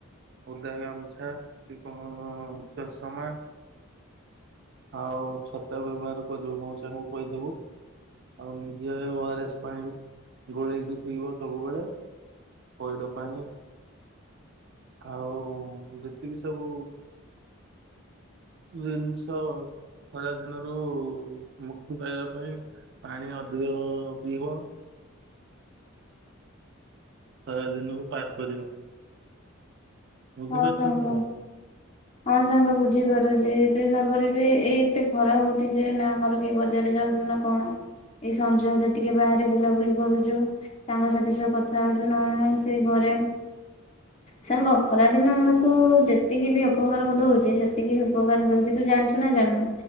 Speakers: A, on the right; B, on the left.
A: ଓଦା ଗାମୁଛା କି କ ଚଷମା ଆଉ ଛତା ବ୍ୟବହାର କରିବୁ ମଉସା କୁ କହିଦେବୁ। ଆଉ ନିଜେ ଓ ଆର ଏସ୍ ପାଇଁ ଗୋଳେଇକି ପିଇବ ସବୁବେଳେ। ପଇଡ ପାଣି। ଆଉ ଯେତିକି ସବୁ ଜିନ୍ସ୍ ତ ଖରା ଦିନରୁ ମୁକ୍ତି ପାଇବା ପାଇଁ ପାଣି ଅଧିକ ପିଇବ ଖରା ଦିନକୁ ପାର୍ କରିବା ବୁଝିପାରୁଚ
B: ହଁ ସାଙ୍ଗ
A: ସ
B: ହଁ ସାଙ୍ଗ ବୁଝିପାରୁଚି ଏତେ ତାପରେ ବି ଏଇ ଏତେ ଖରା ହଉଚି ଯେ ନା ଆମର କି ବଜାରରେ ଯାଉଚୁ ନା କଣ ଏଇ ସଞ୍ଜ ହେଲେ ଟିକେ ବାହାରେ ବୁଲାବୁଲି କରୁଚୁ। ସାଙ୍ଗସାଥି ସହ କଥା ହଉଚୁ ନହେଲେ ନାହିଁ ସେ ଘରେ ସାଙ୍ଗ ଖରା ଦିନ ଆମକୁ ଯେତିକି ବି ଅପକାର ଦଉଚି ସେତିକି ବି ଉପକାର ଦଉଚି ତୁ ଜାଣିଚୁ ନା ଜାଣିନୁ